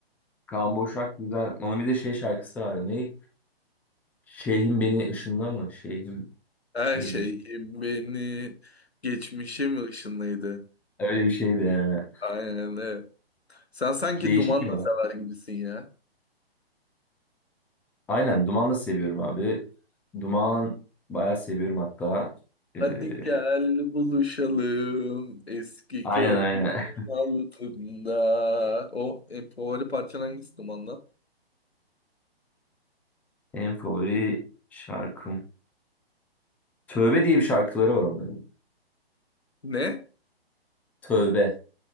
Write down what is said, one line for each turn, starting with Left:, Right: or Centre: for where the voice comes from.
Centre: Kaan Boşnak güzel. Onun bir de şey şarkısı var. Ne? Şeyhim beni ışınla mı? Şeyhim
Left: Her
Centre: şey
Left: şeyim
Centre: mi?
Left: beni. Geçmişim ışınlıydı.
Centre: Öyle bir şeydi ya.
Left: Aynen öyle. Sen sanki
Centre: Değişik
Left: dumanla
Centre: bir olay.
Left: sever gibisin ya.
Centre: Aynen Duman da seviyorum abi. Duman bayağı seviyorum hatta. Ee,
Left: Hadi gel buluşalım eski
Centre: aynen
Left: köprü
Centre: aynen.
Left: altında. O en favori parçan hangisi Duman'dan?
Centre: <laughs> En favori şarkım. Tövbe diye bir şarkıları var onların.
Left: Ne?
Centre: Tövbe.